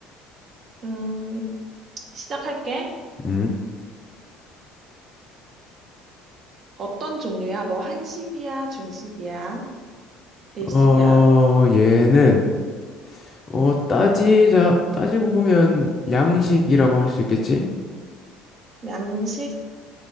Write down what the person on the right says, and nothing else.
음, 시작할게.
어떤 종류야? 뭐, 한식이야? 중식이야? 일식이야?
양식?